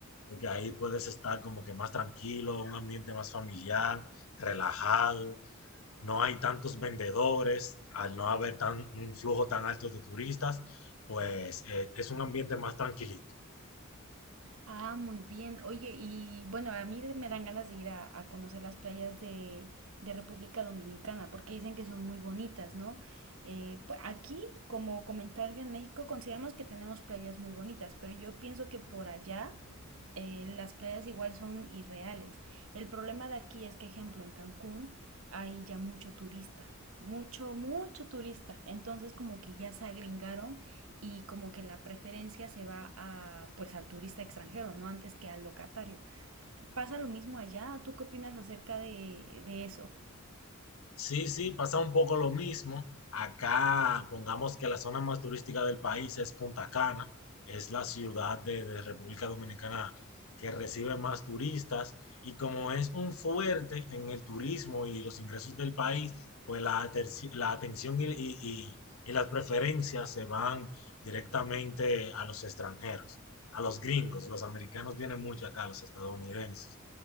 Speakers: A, on the left; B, on the right.
A: Porque ahí puedes estar como que más tranquilo, un ambiente más familiar, relajado. No hay tantos vendedores, al no haber tan, un flujo tan alto de turistas, pues eh, es un ambiente más tranquilito.
B: Ah, muy bien. Oye, y bueno, a mí me dan ganas de ir a, a conocer las playas de, de República Dominicana, porque dicen que son muy bonitas, ¿no? Eh, pu- aquí, como comentario en México, consideramos que tenemos playas muy bonitas, pero yo pienso que por allá eh, las playas igual son irreales. El problema de aquí es que, ejemplo, en Cancún hay ya mucho turista, mucho, mucho turista. Entonces como que ya se agringaron y como que la preferencia se va a, pues al turista extranjero, no antes que al locatario. ¿Pasa lo mismo allá? ¿Tú qué opinas acerca de, de eso?
A: Sí, sí, pasa un poco lo mismo. Acá, pongamos que la zona más turística del país es Punta Cana, es la ciudad de, de República Dominicana que recibe más turistas y como es un fuerte en el turismo y los ingresos del país, pues la, aterci- la atención y, y- y- y las preferencias se van directamente a los extranjeros, a los gringos. Los americanos vienen mucho acá, los estadounidenses.